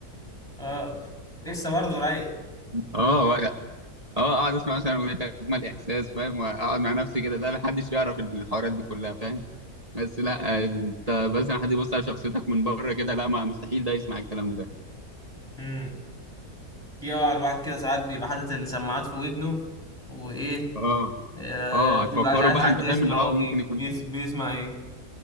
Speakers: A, in the centre; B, on the right.
A: اه لسه برضو رايقه
B: اه و- اه اقعد اسمع مثلا اغنيه اجمل احساس فاهم واقعد مع نفسي كده ده ما حدش يعرف الحوارات دي كلها فاهم بس لا انت مثلا حد يبص على شخصيتك من بره كده لا ما مستحيل ده يسمع الكلام ده
A: امم يا الواحد كده ساعات بيبقى حاطط السماعات في ودنه وايه
B: اه
A: آه،
B: اه هتفكروا
A: بيبقى مش عارف
B: بقى
A: حد
B: انت فاهم
A: يسمع
B: اللي هو
A: هو بي-
B: ممكن يكون
A: بيس- بيسمع ايه